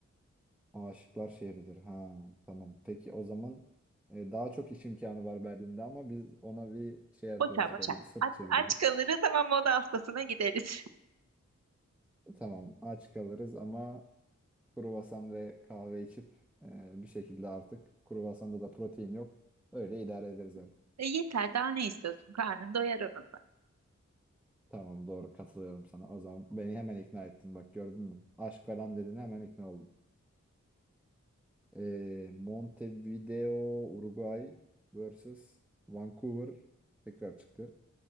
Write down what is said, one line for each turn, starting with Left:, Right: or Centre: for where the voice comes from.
Centre: Aşıklar şehridir. Ha tamam. Peki o zaman e, daha çok iş imkanı var Berlin'de ama biz ona bir şey yapıyoruz
Right: Boşver boşver.
Centre: böyle bir sırt
Right: Aç,
Centre: çeviriyoruz.
Right: aç kalırız ama moda haftasına gideriz.
Centre: Tamam aç kalırız ama Kruvasan ve kahve içip e, bir şekilde artık kruvasanda da protein yok. Öyle idare ederiz artık.
Right: <laughs> E yeter daha ne istiyorsun? Karnın doyar onunla.
Centre: Tamam doğru katılıyorum sana. O zaman beni hemen ikna ettin bak gördün mü? Aşk falan dedin hemen ikna oldum. E, Montevideo, Uruguay vs Vancouver tekrar çıktı.